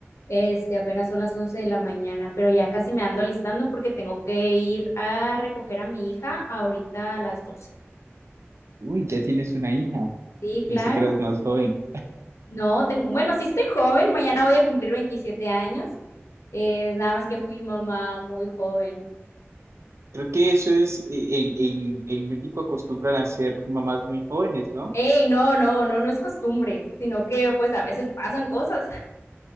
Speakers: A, on the left (about 80°); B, on the right (about 75°).
A: Este, apenas son las 11 de la mañana, pero ya casi me ando alistando porque tengo que ir a recoger a mi hija ahorita a las 12.
B: <laughs> Uy, ya tienes una hija.
A: Sí,
B: Pensé
A: claro.
B: que eras más joven.
A: No, ten- bueno, sí estoy joven, mañana voy a cumplir 27 años. Eh, nada más que fui mamá muy joven.
B: Creo que eso es, eh, en, en, en México acostumbran a ser mamás muy jóvenes, ¿no?
A: Ey, no, no, no, no es costumbre, sino que pues a veces pasan cosas.